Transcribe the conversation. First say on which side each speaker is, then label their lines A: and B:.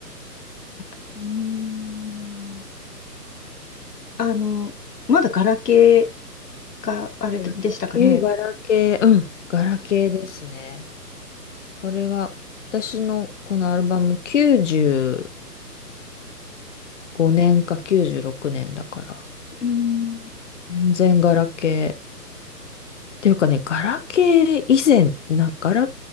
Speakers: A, on the left (about 70°); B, on the left (about 45°).
A: かとうーん。あの、まだガラケーがあれでしたかね。
B: ガラケー、ガラケー。うん、ガラケーですね。これが、私のこのアルバム95年か96年だから、
A: うん。
B: 全然ガラケー。ていうかね、ガラケー以前、な、ガラ、